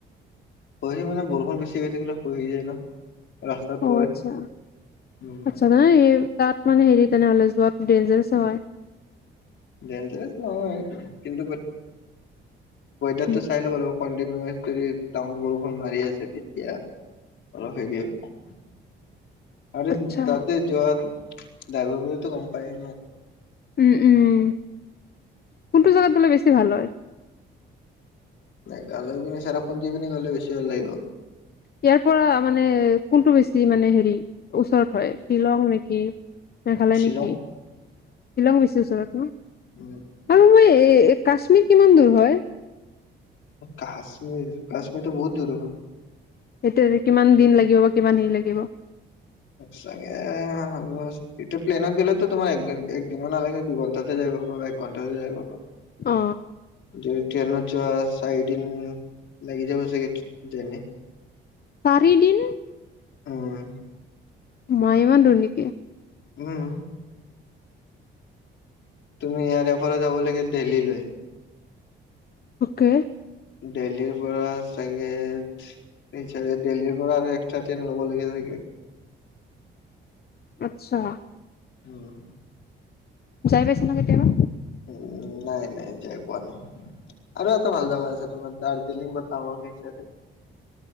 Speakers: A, on the left; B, on the left.
A: হৈ হৈছে মানে বৰষুণ বেছি হৈ থাকিলে হৈ হৈ যায় ন ৰাস্তাত
B: অ
A: পৰে
B: আচ্ছা
A: উম
B: আচ্ছা ন তাত মানে হেৰি তেনেহলে যোৱাত ডনজাৰেচ হয়
A: ডনজাৰেছ নহয় কিন্তু এাতো
B: উম।
A: চাই ল ল কণ্টিনোআছ যদি ডাঙৰ বৰষুণ মাৰি আছে তেতিয়া অলপ হেৰি হয় আৰু
B: আচ্ছা
A: তাতে যোৱাৰ ড্ৰাইভৰ বিলাকে তো গম পায় ন
B: ওম, ওম, কোনটো জেগাত গ'লে বেছি ভাল হয়?
A: মেঘালয় <inaudible> চেৰাপুঞ্জীৰ পিনে গলে বেছি ভাল লাগিব।
B: ইয়াৰ পৰা মানে কোনটো বেছি মানে হেৰি, ওচৰত হয় শ্বিলং নেকি। মেঘালয়
A: শ্বিলং
B: নেকি? শ্বিলং বেছি ওচৰত ন?
A: উম।
B: আৰু মই এই কাশ্মীৰ কিমান দূৰ হয়?
A: কাশ্মীৰ কাশ্মীৰটো বহুত দূৰ হ'ব।
B: সেইটোৱে কিমান দিন লাগিব বা কিমান হেৰি লাগিব।
A: চাগে। <inaudible> এইটো প্লেনত গলে তো তোমাৰ একদিনো নালাগে দুঘণ্টাতে যাব পাৰি বা এক ঘণ্টাতে যাব পাৰি।
B: অ,
A: যদি ট্ৰেইনত যোৱা চাৰি দিন লাগিব চাগে, কিজানি।
B: চাৰি দিন,
A: উম।
B: মা ইমান দূৰ নেকি?
A: হুম। তুমি ইয়াৰে পৰা যাব লাগে দেল্লীলৈ,
B: অ'কে।
A: দেল্লীৰ পৰা চাগে <inaudible> দেল্লীৰ পৰা আৰু এক্সট্ৰা ট্ৰেইন ল'ব লাগে চাগে।
B: আচ্ছা।
A: উম,
B: যায় পাইছা নেকেতিয়াবা?
A: <unintelligible> নাই, নাই এতিয়া কোৱা। আৰু এটা ভাল জাগা আছে তোমাৰ দাৰ্জিলিং বা টাৱাং সেই চাইডে